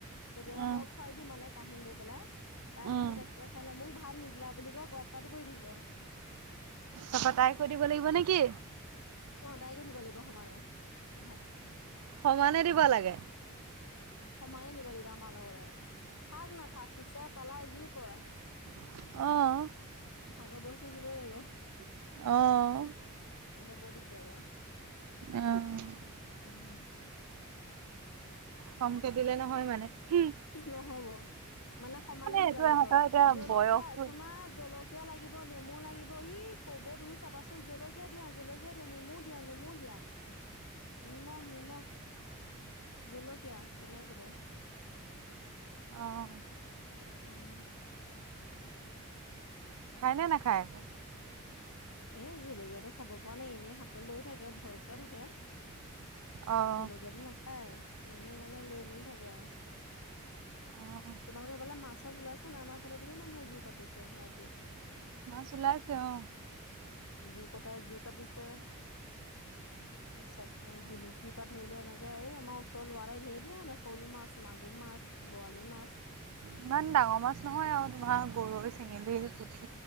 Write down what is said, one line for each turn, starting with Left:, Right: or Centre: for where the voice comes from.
Left: কেতিয়াবা
Right: উম।
Left: মই খোৱাই দিওঁ মানে কাহিত লৈ পেলাই- তাই
Right: উম,
Left: কাঁহীত এক্সতাৰে খাই লৈ মোক ভাত নিদিলা বুলি কয় গপ পাতি বহি থাকিব।
Right: তাপা তাই কো দিব লাগিব নেকি?
Left: অঁ তাইকো দিব লাগিব সমানে ভাত।
Right: সমানে দিব লাগে?
Left: সমানে নিব লাগিব আমাৰ লগতে, খাক নাখাক সিচে পেলাই যি কৰে।
Right: অঁ অঁ।
Left: ভাগৰ বস্তু দিবই লাগিব।
Right: অঁ অঁ।
Left: নহ'বা বৰ দিগদাৰ কৰে।
Right: অ'।
Left: উম।
Right: কমকে দিলে নহয় মানে? হুম।
Left: নহব, মানে সমানে দিব
Right: এইটো
Left: লাগিব।
Right: ইহঁতৰ এতিয়া
Left: জলকীয়া
Right: বয়সটো
Left: তোমাৰ জলক- কীয়া লাগিব নেমু লাগিব, ই ক'ব তুমি চাবাচোন, জলকীয়া দিয়া জলকীয়া দিয়া নেমু দিয়া নেমু দিয়া। নিমখ নিমখ জলকীয়া তেনেক কব।
Right: অঁ অ।
Left: অঁহ।
Right: খাই নে নাখায় আকৌ?
Left: এ জলকীয়াটো খাব পোৱা নাই এনেই হাতত লৈ থাকে ভয় খুৱাই থাকে।
Right: অ'।
Left: জলকীয়াটো নাখায়, এনেই মানে লৈ মেলি থাকে আৰু।
Right: অঁহ'।
Left: তোমালোকৰ সেইফালে মাছ চাছ ওলাইছে নাই? আমাৰফালে ধেইৰ মানুহে জোৰ পাটিছে ৰাতি।
Right: মাছ ওলাইছে অঁহ।
Left: জু কটাই জু কাটিছে- চেপাঁ জুলুকিৰ পৰা ধৰি লৈ এনেকে এই আমাৰ ওচৰ লৰাই এটাই ঢেৰ ধেৰ আনে শ'ল মাছ, মাগুৰ মাছ। বৰালি মাছ।
Right: ইমান ডাঙৰ মাছ নহয় আৰু তোমাৰ গৰৈ, চেঙেলী, পুঠি।